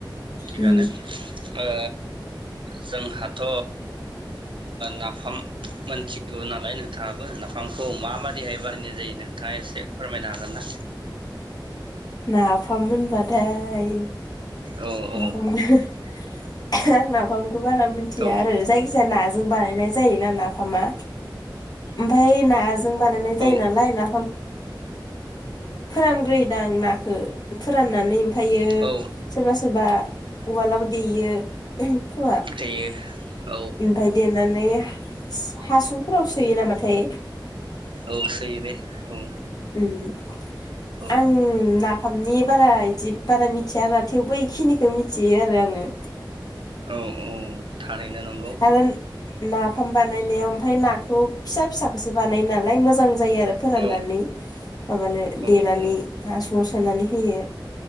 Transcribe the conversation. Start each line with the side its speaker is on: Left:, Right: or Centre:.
Right: थिगानो
Left: उम
Right: ओ आ जोंहाथ' ओ नाफाम मोनथि गौ नालाय नोंथाङाबो आंखौ माबादिहाय बानायनाय जायो नोंथाङा एसे फोरमायनो हागोन ना?
Left: नाफाम होनबाथाय
Right: औ
Left: <unintelligible> नाफाम बारा मिन्थिया
Right: औ
Left: आरो जायखिजाया ना जों बानायनाय जायोना नाफामा ओमफाय बानायनाय
Right: औ
Left: जायो नालाय ना फोरानग्रोयोदां ना खो फोराननानै ओमफ्रायो
Right: औ
Left: सोरबा सोरबा उवालाव देयो। खोमा
Right: जायो।
Left: ओमफाय देनानै हासुं फोराव सोयो नामाथाय
Right: औ सैयो दे औ।
Left: उम।
Right: औ
Left: आं ना फामनि बारा जिब बारा मिथिया आरा थेवबो इखिनिखौ मिथियो आरो आङो।
Right: औ औ थारैनो नंगौ।
Left: आरो नाफाम बानायनायाव ओमफाय नाखौ फिसा फिसाखौसो बानाय नालाय मोजां जायो आरो फोराननानै
Right: औ
Left: माबानो
Right: औ
Left: देनानै
Right: औ
Left: हास' खनानै होयो।